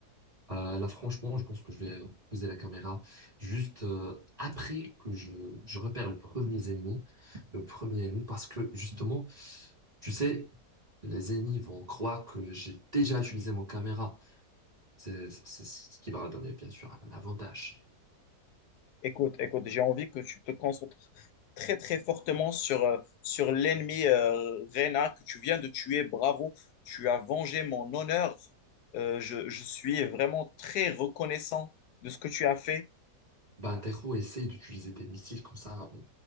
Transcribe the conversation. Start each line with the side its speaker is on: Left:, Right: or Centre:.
Right: Euh, là, franchement, je pense que je vais euh, poser la caméra juste euh, après que je, je repère le premier ennemi, le premier ennemi, parce que justement, tu sais, les ennemis vont croire que j'ai déjà utilisé mon caméra. C'est c'est- c'est ce qui va donner, bien sûr, un avantage.
Left: Écoute, écoute, j'ai envie que tu te concentres très, très fortement sur, euh, sur l'ennemi euh, Reyna que tu viens de tuer. Bravo, tu as vengé mon honneur. Euh, je, je suis vraiment très reconnaissant de ce que tu as fait.
Right: Ben, Tero, essaye d'utiliser tes missiles comme ça.